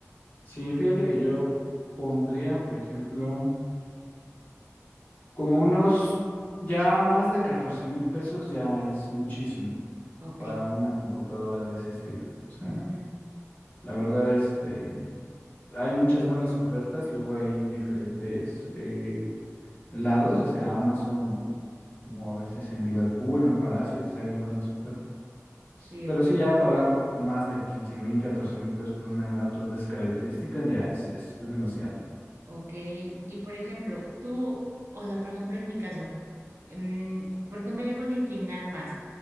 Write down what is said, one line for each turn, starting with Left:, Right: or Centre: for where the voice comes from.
Left: Sí, fíjate que yo pondría, por ejemplo, Como unos, ya más de catorce mil pesos ya es muchísimo
Right: Ok.
Left: para una computadora de ese estilo. O sea,
Right: Ujú.
Left: la verdad, este, hay muchas buenas ofertas luego ahí en diferentes eh, lados, ya sea Amazon, o como a veces en Liverpool, en Palacio, te salen buenas ofertas.
Right: Sí,
Left: Pero
Right: ok.
Left: sí, ya pagar más de quince mil, catorce mil pesos por una laptop de esas características ya es, es demasiado.
Right: Ok, y por ejemplo, tú, o sea, por ejemplo, en mi caso, em, ¿por qué me debo de inclinar más?